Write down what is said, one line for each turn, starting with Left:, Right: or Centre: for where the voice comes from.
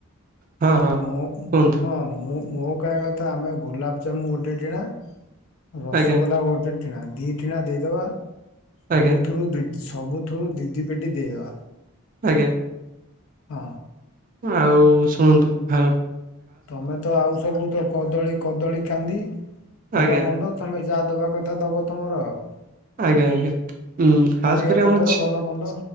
Right: ହଁ
Left: ନା
Right: ହଁ
Left: ମୁଁ,
Right: କୁହନ୍ତୁ।
Left: ହଁ ମୁଁ ମୋ କହିବା କଥା ଆମେ ଗୋଲାପଜାମୁ ଗୋଟେ ଟିଣା, ରସଗୋଲା
Right: ଆଜ୍ଞା
Left: ଗୋଟେ ଟିଣା ଦିଟିଣା ଦେଇଦବା, ସବୁଥିରୁ,
Right: ଆଜ୍ଞା
Left: ସବୁଥିରୁ ଦି ଦିଇ ପେଟି ଦେଇଦବା ।
Right: ଆଜ୍ଞା ।
Left: ହଁ।
Right: ଆଉ ଶୁଣନ୍ତୁ, ହ
Left: ତମେ ତ ଆଉ ସବୁ ତ, କଦଳୀ କଦଳୀ କାନ୍ଦି, ଭଲ
Right: ଆଜ୍ଞା
Left: ମନ୍ଦ, ତମେ ଯାହା ଦବା କଥା ଦବ ତମର ଆଉ
Right: ଆଜ୍ଞା ଆଜ୍ଞା, ଉୁଁ ଖାସ
Left: ପରିବା
Right: କରି
Left: ପତ୍ର
Right: ଆମର
Left: ଭଲ ମନ୍ଦ